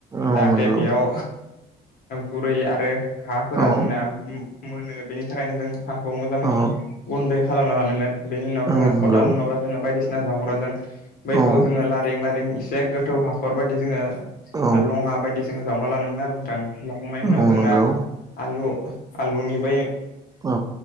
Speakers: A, on the right (about 20°); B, on the left (about 60°).
A: औ
B: जाहाथे
A: नंगौ
B: बेयाव गुरै आरो हाफोरा
A: औ
B: जोंना मोनो बेनि थाखायनो जों हाखौ मोजाङै
A: औ
B: गुन्दै खालामना लानांगोन बेनि उनाव
A: औ
B: जोङो
A: नंगौ
B: खदाल नङाबा जोङो बायदिसिना जावग्राजों बैखौ
A: औ
B: जोङो लारिं लारिं एसे गोथौ हाखर बायदि जोङो
A: औ
B: लङा बायदिसिना जोङो जावना लानांगोन आरो नोंथां लाखांनायनि
A: औ
B: उनाव जोंना
A: नंगौ
B: आलु आलुनि बै
A: औ